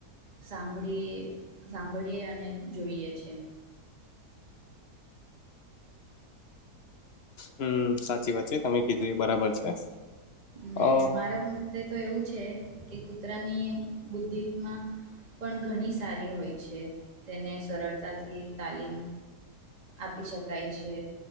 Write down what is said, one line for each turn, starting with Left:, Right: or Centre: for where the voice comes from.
Right: સાંભળીએ સાંભળીએ અને જોઈએ છે.
Left: હમ્મ સાચી વાત છે તમે કીધું એ બરાબર છે.
Right: ને
Left: અ
Right: મારા મતે તો એવું છે કે કૂતરાની બુદ્ધમાં પણ ઘણી સારી હોય છે તેને સરળતાથી તાલીમ આપી શકાય છે.